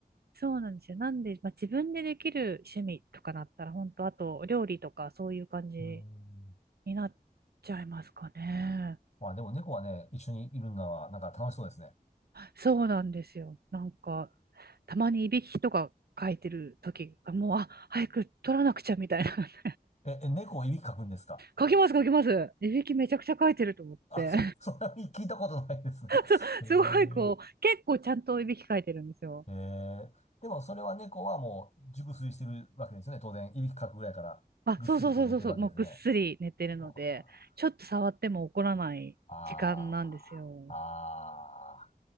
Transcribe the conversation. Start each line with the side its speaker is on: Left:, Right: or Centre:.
Right: そうなんですよ。なんで、まあ、自分でできる趣味とかなったら、本当あと料理とかそういう感じ
Left: うーん。
Right: になっちゃいますかね。
Left: まあでも猫はね、一緒にいるのはなんか楽しそうですね。
Right: そうなんですよ。なんか、たまにいびきとか書いてる時が、もう、あ、早く取らなくちゃみたいな。<laughs>
Left: え、え、猫をいびきかくんですか
Right: 書きます書きます。いびきめちゃくちゃ書いてると思って。
Left: <laughs> あ、そう、それは聞いたことないですな。
Right: <laughs>
Left: え
Right: すごいこう、
Left: え、
Right: 結構ちゃんといびき書いてるんですよ。
Left: えーでもそれは猫はもう熟睡してるわけですよね。当然、いびきかくぐらいからぐっすりと寝てるわけですね。
Right: あ、そうそうそうそうそう、もうぐっすり寝てるので、
Left: あ
Right: ちょっと触っても怒らない時間なんですよ。
Left: ーあー、ああ。